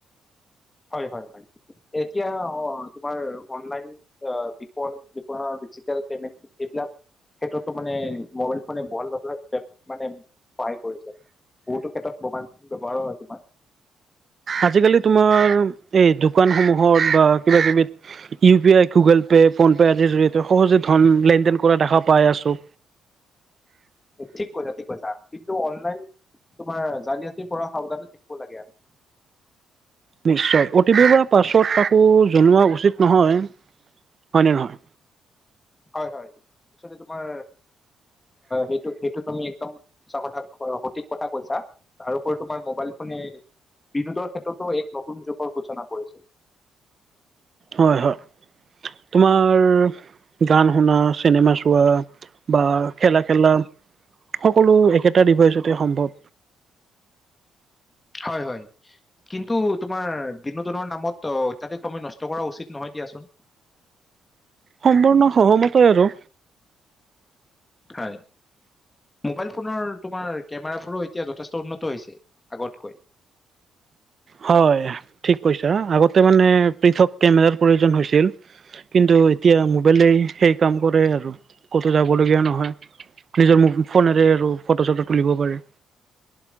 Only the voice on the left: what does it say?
হয় হয় হয় এতিয়া অ তোমাৰ অনলাইন বিপ বিপ ডিজিটেল পেমেণ্ট এইবিলাক ক্ষেত্ৰতো মানে মোবাইল ফোনে ভাল ভে মানে সহায় কৰিছে বহুতো ক্ষেত্ৰত ব্যবহাৰ হয় তোমাক
ঠিক কৈছা ঠিক কৈছা কিন্তু অনলাইন তোমাৰ জালিয়াতিৰ পৰা সাৱধানে থাকিব লাগে আৰু
হয় হয় তোমাৰ সেইটো সেইটো তুমি একদম সচ কথা সঠিক কথা কৈছা তাৰপৰি তোমাৰ মবাইল ফোনে বিনোদৰ ক্ষেত্ৰতো এক নতুন যুগৰ সূচনা কৰিছো
হয় হয় কিন্তু তোমাৰ বিনোদনৰ নামত অত্যাধিক সময় নষ্ট কৰা উচিত নহয় দিয়াচোন
হয় মোবাইল ফোনৰ তোমাৰ কেমেৰাবোৰো এতিয়া য উন্নত হৈছে আগতকৈ